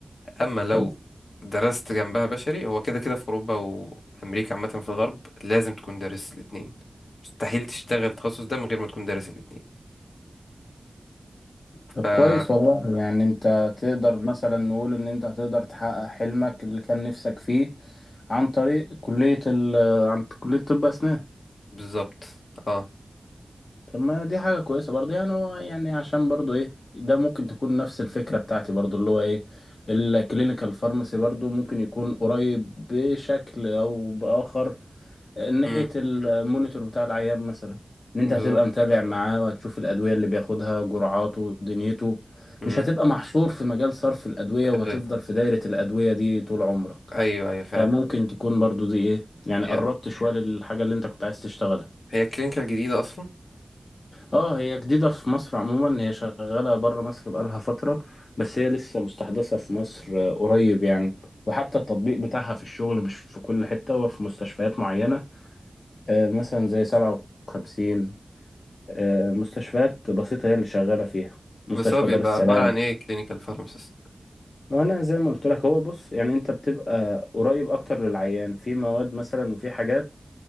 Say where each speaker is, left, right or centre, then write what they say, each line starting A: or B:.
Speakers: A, on the left (about 85°); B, on the left (about 70°).
A: اما لو
B: طب
A: درست جنبها بشري هو كده كده في اوروبا وامريكا عامه في الغرب لازم تكون دارس الاتنين مستحيل تشتغل التخصص ده من غير ما تكون دارس الاتنين
B: طب
A: ف
B: كويس
A: آه،
B: والله يعني انت تقدر مثلا نقول ان انت هتقدر تحقق حلمك اللي كان نفسك فيه عن طريق كلية ال آه، عن كلية طب أسنان
A: بالظبط اه
B: طب ما دي حاجة كويسة برضه يعني هو يعني عشان برضه إيه ده ممكن تكون نفس الفكرة بتاعتي برضه اللي هو إيه الكلينيكال فارماسي برضه ممكن يكون قريب بشكل أو بآخر آه، ناحية
A: مم.
B: المونيتور بتاع العيان مثلا إن أنت
A: بالظبط
B: هتبقى متابع معاه وهتشوف الأدوية اللي بياخدها جرعاته دنيته
A: امم
B: مش هتبقى محصور في مجال صرف الأدوية وهتفضل
A: ادويه
B: في دايرة الأدوية دي طول عمرك
A: ايوه ايوه فعلا
B: فممكن تكون برضو دي ايه يعني
A: هي
B: قربت شوية للحاجة اللي انت كنت عايز تشتغلها
A: هي كلينيكال جديده اصلا
B: اه هي جديدة في مصر عموما هي شغالة بره مصر بقالها فترة بس هي لسه مستحدثة في مصر آه، قريب يعني وحتى التطبيق بتاعها في الشغل مش في كل حتة وفي مستشفيات معينة آه، مثلا زي سبعة وخمسين آه، مستشفيات بسيطة هي اللي شغالة فيها مستشفى
A: بس هو بيبقى
B: دار السلام
A: عباره عن ايه كلينيكال فارماسيست
B: وانا زي ما قلت لك هو بص يعني انت بتبقى قريب اكتر للعيان في مواد مثلا وفي حاجات